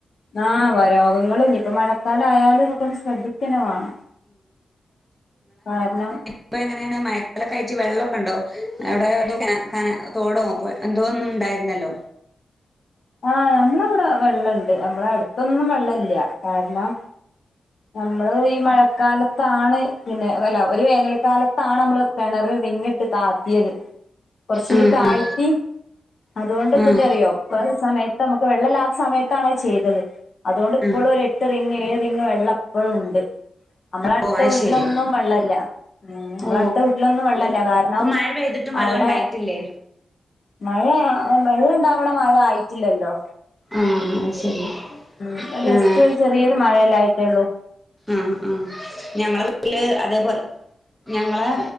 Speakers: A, on the left; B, in the centre.
A: ആഹ് വരെ രോഗങ്ങള് ഇപ്പ മഴക്കാലായാല് ഇതൊക്കന്ന് ശ്രദ്ധികന്നെ വാണം കാരണം
B: ഇപ്പൊ എങ്ങനെയാണ് മയക്കാലൊക്കായിറ്റ് വെള്ളക്കെ ഇണ്ടോ അവിടെ ഏതോ കെന കനാ തോടോ പൊയ എന്തോ ഒന്നുണ്ടായിരുന്നല്ലോ
A: ആഹ് നമ്മളവിടെ വെള്ളണ്ട് നമ്മള അടുത്തൊന്നും വെള്ളല്ല കാരണം നമ്മള് ഈ മഴക്കാലത്താണ് പിന്നെ അല്ല ഒരു വേനൽക്കാലത്താണ് നമ്മള് കെണറ് റിങ്ങിട്ട്താത്തിയത് കെറച്ചുകൂടി
B: ഉം
A: താഴ്ത്തി
B: ഉം
A: അതൊണ്ട് എന്തിണ്ടെന്നെറിയോ
B: ഉം
A: സമയത്ത് നമ്മക്ക് വെളളുല്ലാത്ത സമയത്താണ് അത് ചെയ്തത് അതുകൊണ്ട് ഇപ്പോഴും
B: ഉം
A: ഒരു എട്ട്റിങ്ങ് ഏഴ്റിങ്ങ് വെള്ളപ്പഴും ഇണ്ട് നമ്മള അടുത്ത
B: ഓ അത്
A: വീട്ടിലൊന്നും
B: ശരി
A: വെള്ളല്ല ഉം നമ്മടെ
B: ഓ
A: അടുത്ത വീട്ടിലൊന്നും വെള്ളല്ല കാരണം
B: ഇപ്പൊ മഴ പെയ്തിട്ടും വെള്ളം
A: അവിടെ
B: ഉണ്ടായിട്ടില്ലേ
A: മഴ വെള്ള ഇണ്ടാവണ മഴ ആയിട്ടില്ലല്ലോ
B: ആഹ് അത് ശരി
A: ഉം ജെസ്റ്റ്
B: ആഹ്
A: ചെറിയൊരു മഴയെല്ലായിട്ടേള്ളൂ
B: ഉം ഉംഞങ്ങളെ വീട്ടില് അതേപോലെ ഞങ്ങളെ